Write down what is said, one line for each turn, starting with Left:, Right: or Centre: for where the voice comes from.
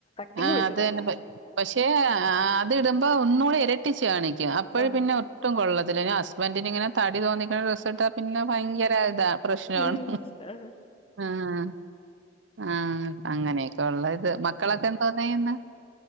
Left: പിംഗ്
Right: ആഹ്
Left: പറ്റൂല്ല
Right: അത് തന്നെ പ പക്ഷെ അത് ഇടുമ്പോ ഒന്നുകൂടെ ഇരട്ടിച്ചു കാണിക്കും അപ്പോഴ
Left: ആഹ്
Right: പിന്നെ ട്ടും കൊള്ളത്തില്ല ഹസ്ബൻറി ഇങ്ങനെ തടി തോന്നിക്കുന്ന ഡ്രസ്സിട്ട പിന്നെ ഭയങ്കര ഇതാ പ്രശ്നമാണ്
Left: ഉം ആഹ്
Right: ആഹ് ആഹ് അങ്ങനെയൊക്കെ ഉള്ള ഇത് മക്കളൊക്കെ എന്തോന്നയ്യുന്നെ